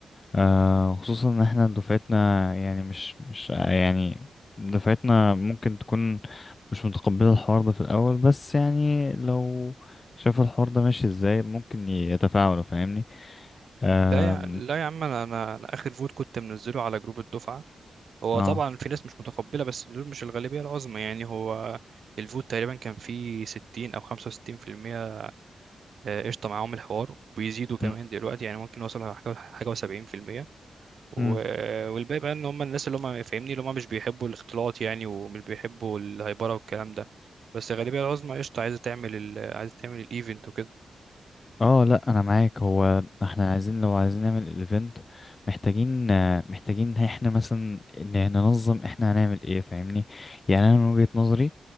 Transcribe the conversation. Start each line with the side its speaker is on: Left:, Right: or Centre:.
Left: آه خصوصا ان احنا دفعتنا يعني مش مش يعني دفعتنا ممكن تكون مش متقبلة الحوار ده في الاول بس يعني لو شاف الحوار ده ماشي ازاي ممكن يتفاعلوا فاهمني آم،
Right: لا يا لا يا عم أنا أنا أنا آخر فوت كنت منزله على جروب الدفعة هو
Left: اه
Right: طبعا في ناس مش متقبلة بس دول مش الغالبية العظمى يعني هو الفوت تقريبا كان فيه ستين أو خمسة وستين في المية آه، قشطة معاهم الحوار وبيزيدوا كمان
Left: مم.
Right: دلوقتي يعني ممكن يوصلوا حاجة حاجة وسبعين في المية و-
Left: مم.
Right: والباقي بقى إن هم الناس اللي هم فاهمني اللي هم مش بيحبوا الاختلاط يعني ومش بيحبوا الهيبرة والكلام ده بس الغالبية العظمى قشطة عايزة تعمل ال... عايزة تعمل الإيفنت وكده
Left: اه لا انا معاك هو احنا عايزين لو عايزين نعمل الايفنت محتاجين آه، محتاجين احنا مثلا ن- ننظم احنا هنعمل ايه فاهمني يعني انا من وجهة نظري